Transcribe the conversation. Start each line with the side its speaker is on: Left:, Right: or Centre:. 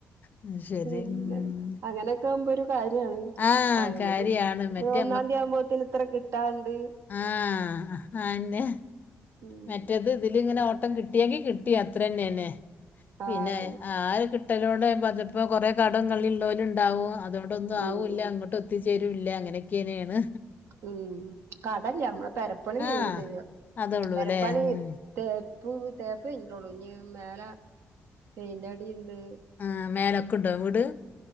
Left: ഉം, ശരി
Right: പിന്നെ
Left: ഉം.
Right: അങ്ങനെയൊക്കെ ആവുമ്പോരു കാര്യാണ്.
Left: ആ
Right: ആഹ് നമക്ക്
Left: കാര്യാണ് മറ്റേ
Right: ഒന്നാം തീയതി ആവുമ്പോത്ത്ന് ഇത്ര കിട്ടാൻണ്ട്
Left: ആഹ് ആഹ് ന്നെ
Right: ഉം
Left: മറ്റേത് ഇതിലിങ്ങനെ ഓ ട്ടം കിട്ടിയെങ്കി കിട്ടി അത്ര തന്നെന്നെ പിന്നെ
Right: ആഹ് അതന്നെ
Left: ആഹ് കിട്ടലോണ്ട് <unintelligible> അത് ഇപ്പൊ കൊറേ കടം കള്ളീം ഇള്ളോല്ണ്ടാവും അതോ ണ്ടൊന്നും ആവൂല്ല
Right: ഉം
Left: അങ്ങോട്ട് എത്തിചേരൂല്ല അങ്ങനെയൊക്കനേണ്
Right: ഉം കടല്ല നമ്മടെ പെരപ്പണി
Left: ആ
Right: കഴിഞ്ഞിട്ടില്ല
Left: അതേ ഉള്ളൂ
Right: പെരപ്പണി
Left: അല്ലേ ഉം.
Right: തേപ്പു തേപ്പ് കഴിഞ്ഞിട്ടോള്ളു ഇഞ്ഞി മേല പെയിന്റടിണ്ട്
Left: ആഹ് മേലെക്കുണ്ടോ വീട്